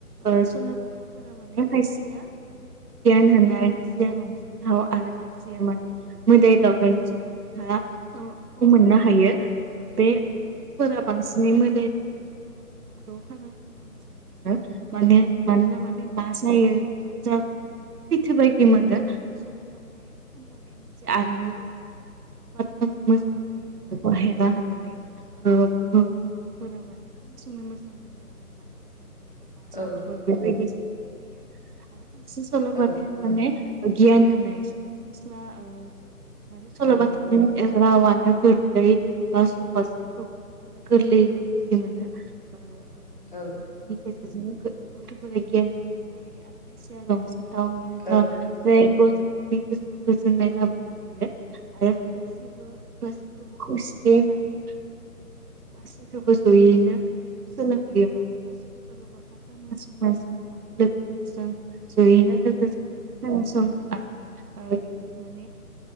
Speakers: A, on the right (about 75°); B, on the left (about 35°).
A: ओ सल'बाथाफोरा माने खायसेया ओ गियान होनाय खायसेया रंजाथाव आरो खायसेया माने मोदाय दावदायनि सल'बाथा खौ मोननो हायो ओ बे गथ'फोरा बांसिनै मोदाय दावदायनि सल'बाथाखौ खोनासंनो मोजां नाङो माने मानोना माने मा जायो मा जागोन माने सैथो बायदि मोनो सल'बाथा खोन्थानाया मोनसे आरिमु बायदि माने बाथ्रा खौ मोजाङै ओ गहेना होननानै ओ बुङोब्ला गथ'फोरा माने खोनासंनो मोजां मोनो आरो मा जागोन इयुनाव मा जाबावगोन
B: औ
A: बेबायदि साननाया फैयो आरो खायसे सल'बाथायाव
B: औ
A: माने ओ गियान होनाय सरासनस्रा ओ माने सल'बाथानि
B: औ
A: रावानो गोरलै बा सहस जायखौ गथफोरा गोरलैयैनो बुजि मोनो माने
B: औ
A: जायनि गेजेरजों गथ'फोरा गियानखौ मोननो हायो आरो खायसेया रंजा <inaudible>
B: उम
A: <unintelligible> <unintelligible> गथ'फोरनि गोसोआव गोजोननाय लाबोनो हायो आरो गासैबो गासैखौबो खुसियै माने गासैखौबो जयैनो थानायखौ सोलोंहोयो माने गासैबो सलबाथा खोनासंनाय समाव माने लोगोफोरजों जयैनो लोगो जानानै खोनासङो आरो माने